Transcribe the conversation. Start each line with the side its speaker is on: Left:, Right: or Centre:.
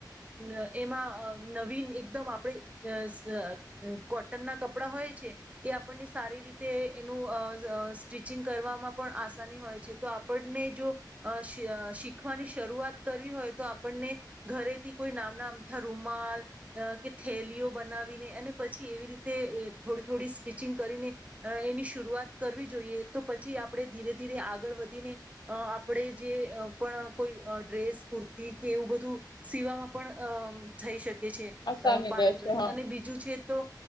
Right: અ એમાં નવીન એકદમ આપણે કોટન ના કપડા હોય છે એ આપણને સારી રીતે એનું સ્ટિચિંગ કરવામાં પણ આસાની હોય છે તો આપણને જો અ શીખવાની શરૂઆત કરવી હોય તો આપણને ઘરેથી કોઈ નામના આમથા રૂમાલ કે થેલીઓ બનાવીને અને પછી એવી રીતે થોડી થોડી સ્ટિચિંગ કરીને એની શરૂઆત કરવી જોઈએ તો પછી આપણે ધીરે ધીરે આગળ વધીને આપણે જે પણ કોઈ ડ્રેસ કુર્તી કે એવું બધું સીવામાં પણ અ થઈ શકે. એ છે
Left: આસામી
Right: પારંગત
Left: રહે છે હા
Right: અને બીજું છે તો